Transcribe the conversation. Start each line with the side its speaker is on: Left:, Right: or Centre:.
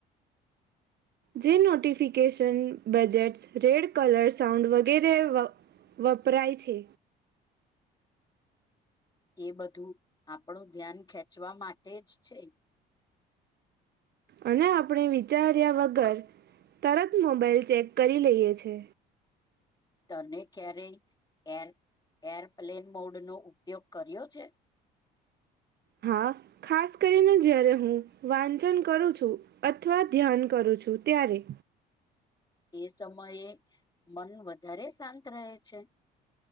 Right: જે notification badges red colour sound વગેરે વપરાય છે.
Left: એ બધું આપણું ધ્યાન ખેંચવા માટે જ છે.
Right: અને આપણે વિચાર્યા વગર તરત મોબાઈલ ચેક કરી લઈએ છે.
Left: તને ક્યારેય એર એરપ્લેન મોડ નો ઉપયોગ કર્યો છે.
Right: હા ખાસ કરીને જયારે હું વાંચન કરું છું અથવા ધ્યાન કરું છું ત્યારે
Left: એ સમયે મન વધારે શાંત રહે છે.